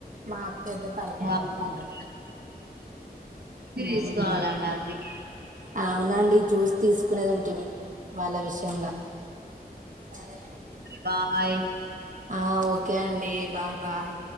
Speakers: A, on the right (about 50°); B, on the right (about 75°).
A: మా పెద్ద తలకాయ
B: వాళ్ళ
A: నొప్పండి
B: తీసుకోవాలండి
A: ఉం
B: అందుకే
A: అవునండి చూసి తీసుకునేది ఉంటిమి వాళ్ళ విషయంల సరే
B: బాయ్
A: ఆ ఓకే అండి బాయ్ బాయ్